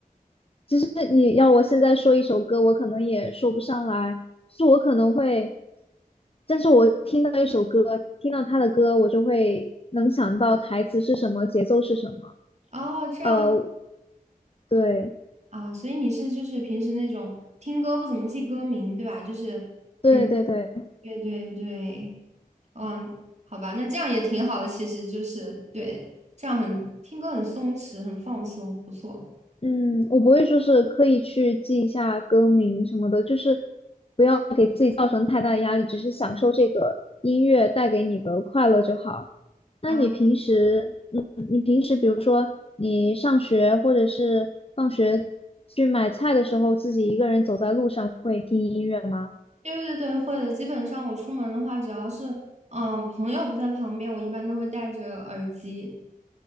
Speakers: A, on the left; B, on the right.
A: 其实你要我现在说一首歌，我可能也说不上来，就是我可能会，但是我听到一首歌，听到他的歌，我就会能想到台词是什么，节奏是什么。
B: 哦，这样。
A: 呃，对
B: 啊，所以你是就是平时那种听歌不怎么记歌名，对吧？就是，
A: 对对对。
B: 嗯，对对对，嗯，好吧，那这样也挺好的，其实就是对，这样很听歌很松弛，很放松，不错
A: 嗯，我不会说是刻意去记一下歌名什么的，就是不要给自己造成太大的压力，只是享受这个音乐带给你的快乐就好。那你平时，
B: 啊。
A: 嗯，你平时比如说你上学或者是放学去买菜的时候，自己一个人走在路上会听音乐吗？
B: 对对对，会的。基本上我出门的话，只要是嗯朋友不在旁边，我一般都会戴着耳机。